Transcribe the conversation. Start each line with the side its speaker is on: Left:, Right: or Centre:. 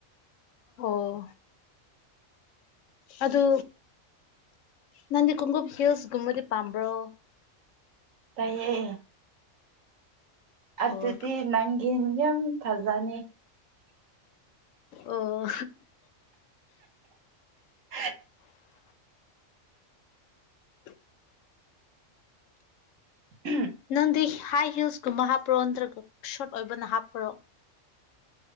Left: ꯑꯣ ꯑꯗꯨ ꯅꯪꯗꯤ ꯈꯣꯡꯒꯨꯞ ꯍꯤꯜꯁꯒꯨꯝꯕꯗꯤ ꯄꯥꯝꯕ꯭ꯔꯣ
Right: ꯇꯥꯏꯌꯦ
Left: ꯑꯣ
Right: ꯑꯗꯨꯗꯤ ꯅꯪꯒꯤ ꯌꯥꯝ ꯐꯖꯅꯤ
Left: ꯑꯣ
Right: <inaudible>
Left: <inaudible>
Right: <unintelligible>
Left: ꯅꯪꯗꯤ ꯍꯥꯏ ꯍꯤꯜꯁꯀꯨꯝꯕ ꯍꯥꯞꯄ꯭ꯔꯣ ꯅꯠꯇ꯭ꯔꯒ ꯁꯣꯔꯠ ꯑꯣꯏꯕꯅ ꯍꯥꯞꯄ꯭ꯔꯣ